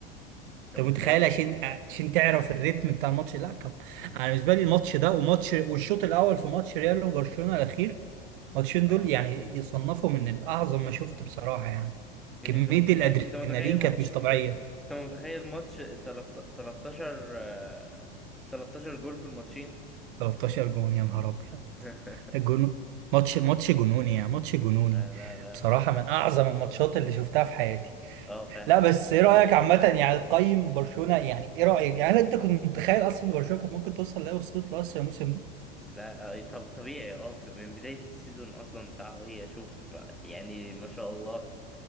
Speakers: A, in the centre; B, on the right.
A: انت
B: انت
A: متخيل
B: متخيل عشان عشان تعرف الريتم بتاع الماتش لا كم انا بالنسبه لي الماتش ده وماتش والشوط الاول في ماتش ريال وبرشلونه الاخير الماتشين
A: اه
B: دول يعني يصنفوا من الأعظم ما شفت بصراحة يعني
A: يا
B: كمية
A: ابني انت متخيل
B: الأدرينالين
A: انت متخيل
B: كانت
A: ماتش
B: مش طبيعية
A: انت انت متخيل ماتش تلت- 13 آه، 13 جول في الماتشين
B: 13 جون يا نهار أبيض
A: <laughs>
B: الجون ماتش ماتش جنوني يعني ماتش جنوني
A: لا لا لا
B: بصراحة من
A: لا
B: أعظم الماتشات اللي شفتها في حياتي
A: اه فعلا
B: لا بس إيه رأيك عامة يعني تقيم برشلونة يعني إيه رأيك يعني هل أنت كنت متخيل أصلا إن برشلونة كانت ممكن توصل لها وصلت له أصلا الموسم ده
A: لا آه، طب طبيعي اه في- من بداية السيزون اصلا بتاعه هي شوف يعني ما شاء الله